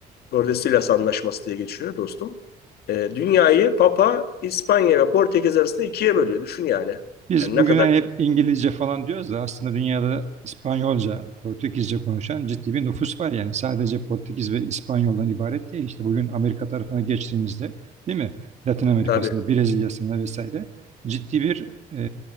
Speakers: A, on the left (about 70°); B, on the right (about 40°).
A: Tordesillas Anlaşması diye geçiyor dostum. E, dünyayı Papa İspanya ve Portekiz arasında ikiye bölüyor. Düşün yani.
B: Biz
A: Yani ne
B: bugün
A: kadar
B: hani hep İngilizce falan diyoruz da aslında dünyada İspanyolca, Portekizce konuşan ciddi bir nüfus var yani. Sadece Portekiz ve İspanyoldan ibaret değil. İşte bugün Amerika tarafına geçtiğimizde değil mi? Latin Amerika'sında,
A: tabii.
B: Brezilya'sında vesaire ciddi bir e,